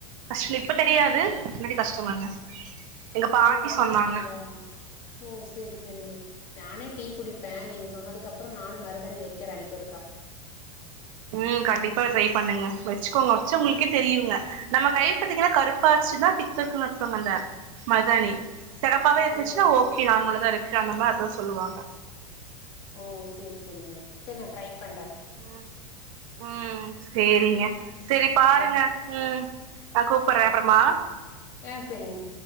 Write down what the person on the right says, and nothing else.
கஷ்டம்ல இப்ப தெரியாது முன்னாடி கஷ்டமாங்க எங்க பாட்டி
சொன்னாங்க
உம் கண்டிப்பா ட்ரை பண்ணுங்க வச்சுக்கோங்க வச்சா உங்களுக்கே தெரியுங்க நம்ம கை பத்தீங்கனா கருப்பாச்சுன்னா பித்தருக்கு அர்த்தமாங்க மருதாணி செகப்பாவவே இருந்துச்சுன்னா
ஓகே நார்மலதாஇரு காணமா அதா சொல்லுவாங்க
உம் உம் சேரிங்க சரி பாருங்க
உம் தாக்கும் கூப்டுறே அப்றமா